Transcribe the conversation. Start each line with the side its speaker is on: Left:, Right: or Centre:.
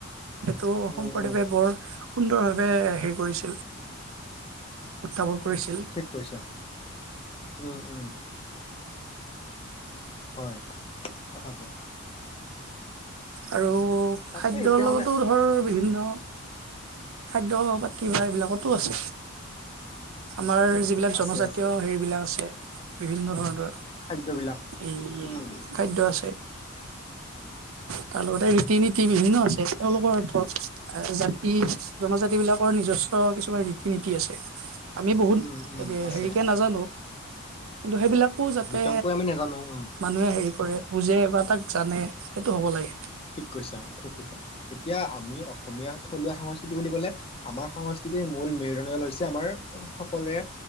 Right: তো শংকৰদেৱে
Left: উম উম
Right: বৰ সুন্দৰ ভাৱে হেৰি কৰিছিল। উত্থাপন কৰিছ
Left: ঠিক কৈছ, উম উম। হয় কথাটো।
Right: আৰু
Left: তাকে
Right: খাদ্যৰ
Left: এতিয়া
Right: লগতো
Left: মানে
Right: ধৰ বিভিন্ন খাদ্য বাতি বা এইবিলাকতো আছে, আমাৰ যি এইবিলাক জনজাতীয়
Left: আছে আছে
Right: হেৰিবিলাক আছে বিভিন্ন ধৰণৰ
Left: খাদ্যবিলাক
Right: এই
Left: উম
Right: খাদ্য আছে তাৰ লগতে ৰীতি নীতি বিভিন্ন আছে তেওঁলোকৰ ধৰ জাতি জনজাতি বিলাকৰ নিজস্ব কিছুমান ৰীতি নীতি আছে। আমি বহুত
Left: উম উম
Right: <unintelligible>
Left: আছে
Right: হেৰিকে নাজানো। কিন্তু সেইবিলাকো যাতে
Left: বিতংকৈ আমি নাজানো উম
Right: মানুহে হেৰি কৰে বুজে বা তাক জানে সেইটো হ'ব লাগে।
Left: ঠিক কৈছা, ঠিক কৈছা। এতিয়া আমি অসমীয়া থলুৱা সা কৃতি বুলি ক'লে আমাৰ সংস্কৃতিৰ মূল মেৰুদণ্ড ডাল হৈছে আমাৰ সকলোৰে